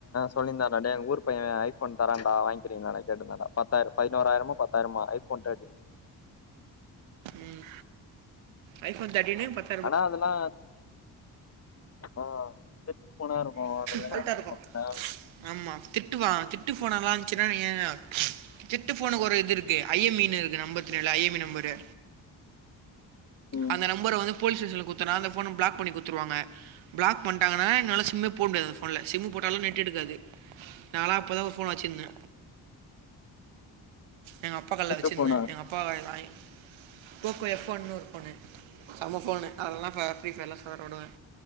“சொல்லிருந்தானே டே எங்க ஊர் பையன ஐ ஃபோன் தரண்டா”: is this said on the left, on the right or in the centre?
Left